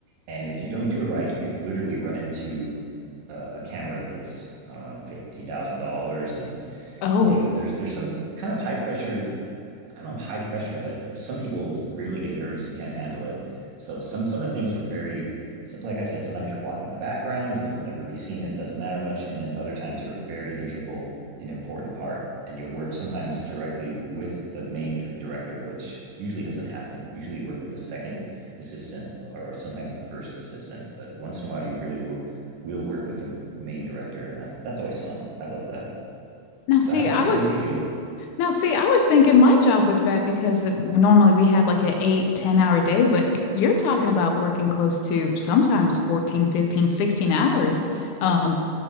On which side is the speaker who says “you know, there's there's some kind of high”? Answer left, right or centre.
Right